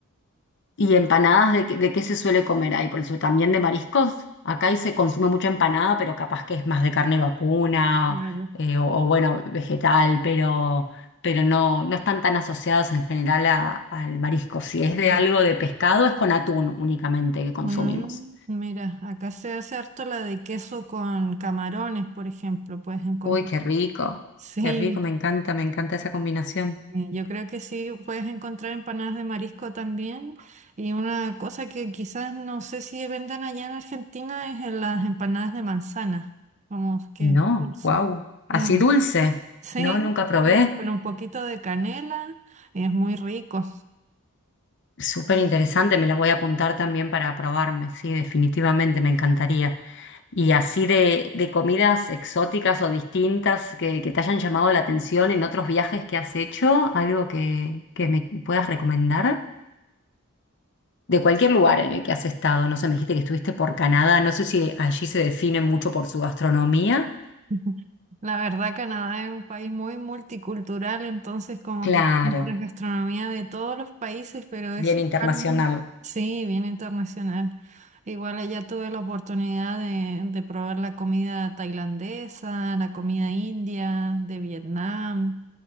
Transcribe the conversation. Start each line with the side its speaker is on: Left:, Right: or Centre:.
Left: ¿Y empanadas de, qué- de qué se suele comer ahí? Por eso también de mariscos. Acá ahí se consume mucha empanada, pero capaz que es más de carne vacuna
Right: Claro.
Left: eh, o, o, bueno, vegetal, pero, pero no, no están tan asociadas en general a- al marisco. Si es de
Right: Ya.
Left: algo de pescado, es con atún únicamente que consumimos.
Right: Mm, mira, acá se hace harto la de queso con camarones, por ejemplo, puedes encontrar.
Left: Uy, qué rico,
Right: Sí.
Left: qué rico, me encanta, me encanta esa combinación.
Right: Sí, Yo creo que sí puedes encontrar empanadas de marisco también. Y una cosa que quizás no sé si vendan allá en Argentina es en las empanadas de manzana, como que
Left: No,
Right: es dulce.
Left: wow, así
Right: Mm,
Left: dulce.
Right: Sí,
Left: No, nunca probé.
Right: sí, con un poquito de canela es muy rico.
Left: Súper interesante, me la voy a apuntar también para probarme, sí, definitivamente me encantaría. Y así de, de comidas exóticas o distintas que, que te hayan llamado la atención en otros viajes que has hecho, algo que, que me puedas recomendar. De cualquier lugar en el que has estado, no sé, me dijiste que estuviste por Canadá, no sé si allí se define mucho por su gastronomía.
Right: <laughs> La verdad, Canadá es un país muy multicultural, entonces como
Left: Claro,
Right: que la gastronomía de todos los países, pero eso
Left: bien internacional,
Right: igual, sí, bien internacional. Igual allá tuve la oportunidad de, de probar la comida tailandesa, la comida india, de Vietnam.